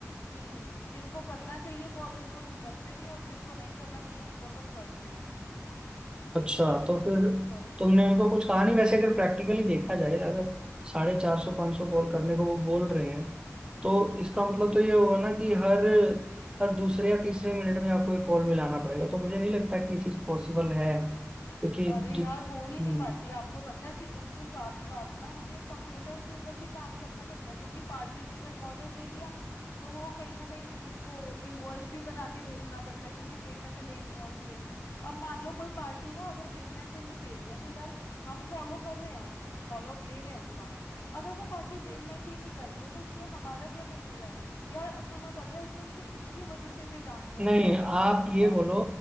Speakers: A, on the left; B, on the right.
A: कि जिनको करना चाहिए कॉल उनको तुम करते नहीं और जिनको नहीं करना चाहिए उनको तुम करते हो
B: अच्छा तो फिर
A: मतलब
B: तुमने उनको कुछ कहा नहीं वैसे अगर प्रैक्टिकली देखा जाए अगर साढ़े चार सौ पाँच सौ कॉल करने को वो बोल रहे हैं तो इसका मतलब तो ये होगा ना कि हर हर दूसरे या तीसरे मिनट में आपको एक कॉल मिलाना पड़ेगा तो मुझे नहीं लगता कि ये चीज़ पॉसिबल है क्योंकि
A: अरे
B: जि-
A: यार हो ही
B: हम्म,
A: नहीं पाती आपको पता है कि उसके साथ साथ ना मुझे कंप्यूटर के ऊपर भी काम करना पड़ता है क्योंकि पार्टी ने अगर ऑर्डर दे दिया तो वो कहीं ना कहीं उसको इनवॉइस भी बना के भेजना पड़ता है क्योंकि पेमेंट लेनी है उनसे अब मान लो कोई पार्टी ना अगर पेमेंट नहीं दे रही है तो यार हम फॉलो कर रहे हैं उसको फॉलोअप ले रहे हैं उसका अगर वो पार्टी पेमेंट ही नहीं कर रही है तो इसमें हमारा क्या कसूर है यार अब तुम्हें पता है कि मुझे इसकी वजह से भी डांट पड़ी
B: नहीं
A: और
B: आप
A: मतलब
B: ये बोलो